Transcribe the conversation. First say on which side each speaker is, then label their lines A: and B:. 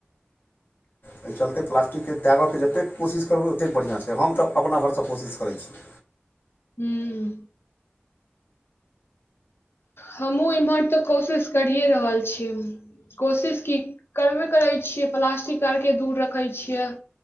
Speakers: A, on the left (about 55°); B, on the left (about 75°).
A: एहि चलते प्लास्टिकके त्यागयके जतेक कोशिश करबै ओतेक बढ़िआँ छै हम तऽ अपना भरसँ कोशिश करै छी।
B: हुॅं हमहहुँ इम्हर तऽ कोशिश करिए रहल छीय। कोशिश की करबे करै छियै प्लास्टिक आरके दूर रखै छियै